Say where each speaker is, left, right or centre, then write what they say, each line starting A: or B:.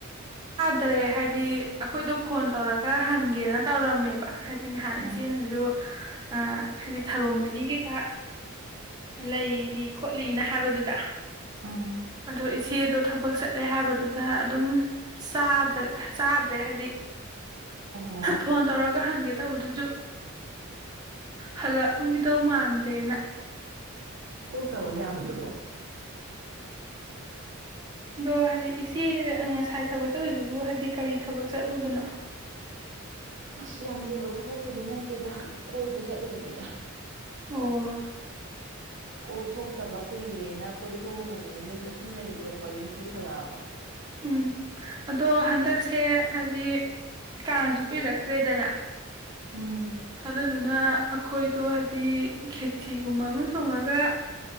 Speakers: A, on the right; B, on the right.
A: ꯗꯔꯦ ꯍꯥꯏꯗꯤ ꯑꯩꯈꯣꯏꯗꯣ ꯐꯣꯟ ꯇꯧꯔꯒ ꯍꯪꯒꯦꯅ ꯇꯧꯔꯝꯃꯦꯕ ꯍꯥꯏꯗꯤ ꯉꯍꯥꯟ
B: ꯎꯝ
A: ꯏꯆꯦꯅꯖꯨ ꯑꯥ ꯍꯥꯏꯗꯤ ꯊꯔꯣ ꯃꯔꯤ ꯀꯩꯀꯥ ꯂꯩꯔꯤ ꯈꯣꯠꯂꯤꯅ ꯍꯥꯏꯕꯗꯨꯗ
B: ꯎꯝ
A: ꯑꯗꯣ ꯏꯆꯦꯗꯣ ꯊꯕꯛ ꯆꯠ ꯆꯠꯂꯦ ꯍꯥꯏꯕꯗꯨꯗ ꯑꯗꯨꯝ ꯆꯥꯗ-ꯆꯥꯗ꯭ꯔꯦ ꯍꯥꯏꯗꯤ
B: ꯑꯣꯍꯣ
A: ꯐꯣꯟ ꯇꯔꯒ ꯍꯪꯒꯦ ꯇꯧꯕꯗꯨꯁꯨ ꯍꯜꯂꯛꯑꯝꯒꯤꯗꯧ ꯃꯥꯟꯗꯦꯅ
B: ꯀꯣꯛ ꯇꯧꯔꯛ ꯌꯥꯕꯗꯨꯕꯨ
A: ꯑꯗꯣ ꯍꯥꯏꯗꯤ ꯏꯆꯦ ꯑ ꯉꯁꯥꯏ ꯊꯕꯛ ꯆꯠꯂꯨꯏꯗꯨꯕꯨ ꯍꯥꯏꯗꯤ ꯀꯔꯤ ꯊꯕꯛ ꯆꯠꯂꯨꯕꯅꯣ
B: ꯑꯁ ꯌꯥꯝ ꯂꯨꯕ ꯊꯕꯛꯄꯨꯗꯤ ꯅꯠꯇꯦꯗ ꯀꯣꯏꯕ ꯆꯠꯂꯨꯕꯅꯤꯗ
A: ꯑꯣ
B: ꯀꯣꯏꯊꯣꯛꯇꯕ ꯀꯨꯏꯔꯦꯅ ꯀꯣꯏꯊꯣꯛꯎꯕꯅꯦ ꯌꯨꯝꯗ ꯁꯨꯝ ꯂꯩꯕꯁꯦ ꯕꯣꯔꯤꯡ ꯆꯨꯁꯜꯂꯛꯑꯕ
A: ꯎꯝ ꯑꯗꯣ ꯍꯟꯗꯛꯁꯦ ꯍꯥꯏꯗꯤ ꯀꯥꯡꯁꯨ ꯀꯨꯏꯔꯛꯇ꯭ꯔꯦꯗꯅ
B: ꯎꯝ
A: ꯑꯗꯨꯗꯨꯅ ꯑꯩꯈꯣꯏꯗꯣ ꯍꯥꯏꯗꯤ ꯈꯦꯆꯤꯒꯨꯝꯕ ꯑꯃ ꯊꯣꯡꯉꯥꯒ